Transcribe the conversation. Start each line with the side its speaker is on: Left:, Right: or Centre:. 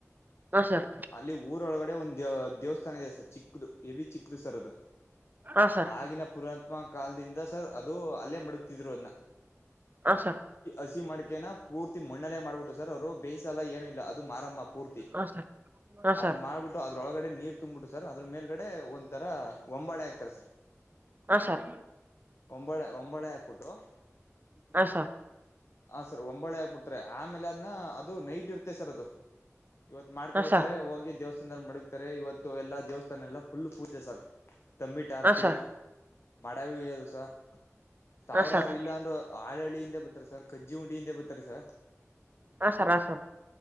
Right: ಹಾ ಸರ್
Left: ಅಲ್ಲಿ ಊರೊಳಗಡೆ ಒಂದ್ ದೇವ್ ದೇವಸ್ಥಾನ ಇದೆ ಸರ್ ಚಿಕ್ಕದು ಎವಿ ಚಿಕ್ಕದು ಸರ್ ಅದು
Right: ಹಾ ಸರ್
Left: ಆಗಿನ ಪುರಾತ್ಮ ಕಾಲದಿಂದ ಸರ್ ಅದು ಅಲ್ಲೇ ಮಡಗ್ತಿದ್ರು ಅದ್ನ.
Right: ಹ ಸರ್
Left: ಹಸಿ ಮಾಡ್ಕೆನ ಪೂರ್ತಿ ಮಣ್ಣೆ ಮಾಡ್ಬಿಟ್ಟು ಸರ್ ಅವರು ಬೇ್ಸಾಲಲ್ಲ ಏನಿಲ್ಲ ಅದು ಮಾರಮ್ಮ. ಪೂರ್ತಿ
Right: ಹಾ ಸರ್ ಹಾ
Left: ಅದು
Right: ಸರ್
Left: ಮಾಡ್ಬಿಟ್ಟು ಅದ್ರೊಳಗಡೆ. ನೀರ್ ತುಂಬಿಡು ಸರ್ ಅದ್ರ ಮೇಲ್ಗಡೆ ಒಂತರ ಒಂಬಾಳೆ ಆಗ್ತಾರೆ ಸರ್
Right: ಹಾ ಸರ್
Left: ಒಂಬಾಳೆ ಒಂಬಾಳೆ ಹಾಕ್ಬುಟ್ಟು
Right: ಹಾ ಸರ್
Left: ಹ ಸರ್ ಒಂಬಾಳೆ ಆಕ್ಬಿಡ್ತರೆ, ಆಮೇಲೆ ಅದ್ನ ಅದು ನೈಟ್ ಇರ್ ಸರ್ ಅದು, ಇವತ್ ಮಾಡ್ಕಬತ್ತರೆ
Right: ಹಾ ಸರ್
Left: ಹೋಗಿ ದೇವಸ್ಥಾನ್ದಲ್ಲಿ ಮಡಗ್ ತ್ತರೆ ಇವತ್ತು ಎಲ್ಲಾ ದೇವಸ್ಥಾನ ಎಲ್ಲಾ ಫುಲ್ ಪೂಜೆ ಸರ್. ತಂಬ್ಬಿಟ್ ಆರ್ತಿ,
Right: ಹಾ ಸರ್
Left: ಮಾಡವಿ ಅದು ಸರ್ ಸಾವ್ರಾರ್
Right: ಹಾ ಸರ್ ಹಾ ಸರ್ ಹಾ ಸರ್
Left: ಇಲ್ಲ ಅಂದ್ರು ಆಳಳ್ಳಿಯಿಂದೆ ಬತ್ತರೆ ಸರ್ ಕಜ್ಜಿಉಂಡೆಯಿಂದೆ ಬತ್ತರೆ ಸರ್
Right: ಹಾ ಸರ್ ಹಾ ಸರ್.